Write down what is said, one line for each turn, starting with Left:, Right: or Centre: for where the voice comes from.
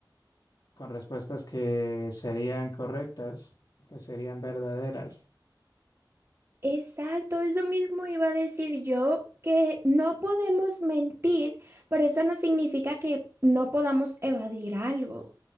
Left: con respuestas que serían correctas, que serían verdaderas,
Right: Exacto, eso mismo iba a decir yo, que no podemos mentir, pero eso no significa que no podamos evadir algo.